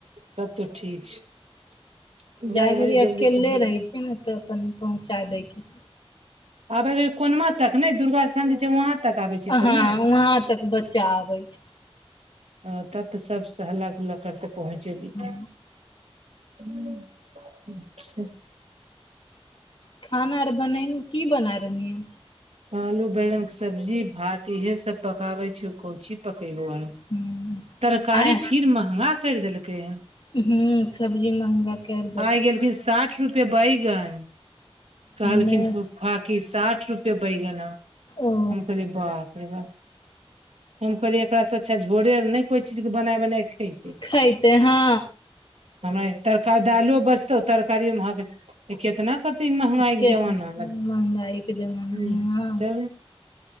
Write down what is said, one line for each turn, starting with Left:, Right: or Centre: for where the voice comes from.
Right: तब तऽ ठीक छै जाय
Left: जाइ
Right: घड़ी
Left: घरि अकेले
Right: जल्दी पहुँच
Left: रहै छै ने तऽ अपन पहुँचा दै छै
Right: आबे छै कोनमा तक ने दुर्गा स्थान जे छै वहां तक आबे छै
Left: हँ
Right: सब ने
Left: वहां तक बच्चा आबे छै
Right: ह तब तऽ सब स हल्ला गुल्ला करते पहुँचे
Left: छै
Right: जतै ह अच्छा
Left: खाना आर बन की बना रहलहियै
Right: आलू बैगन के सब्जी भात इहे सब पकाबे छै को ची पको आर
Left: हन
Right: तरकारी
Left: आय
Right: फिर महंगा करि देलकै हन
Left: ह सब्जी महंगा कैर देलकै
Right: आइ गेलखिन साठि रुपे बैगन कहलखिन
Left: नहि
Right: फाकी साठि रुपआ बैगन हम
Left: ओ
Right: कहलिय बापरेगा हम कहलियै एकरासँ अच्छा झोरे आर नहि कोइ चीजके बनाय बनाए खेतै
Left: खैते हँ
Right: हमरा तरकार दालो बचतौ तरकारी मे ह केितना करतौ क महगा एक
Left: केतना
Right: जमाना
Left: महंगाई
Right: म ह
Left: के जमाना मे हँ
Right: त <inaudible>